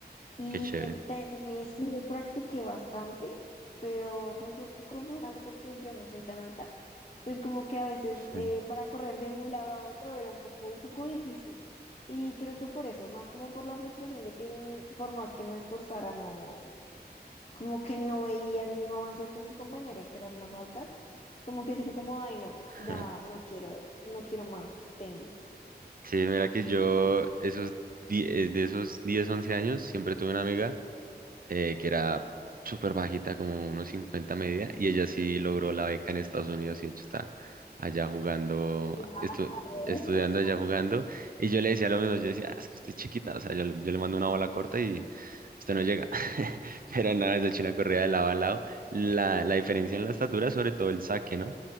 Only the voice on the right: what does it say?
qué chévere.
Mm.
<laughs>
Sí, mira que yo esos die- eh, de esos 10 11 años siempre tuve una amiga eh, que era súper bajita, como unos 50 media, y ella sí logró la beca en Estados Unidos y de hecho está allá jugando,
estu- estudiando
allá jugando, y yo le decía lo mismo, yo decía, "Ah, es que usted es chiquita, o sea, yo, le- yo le mando una bola corta y usted no llega, <laughs> pero nada, esa china corría de lado a lado, la, la diferencia en la estatura, sobre todo el saque, ¿no?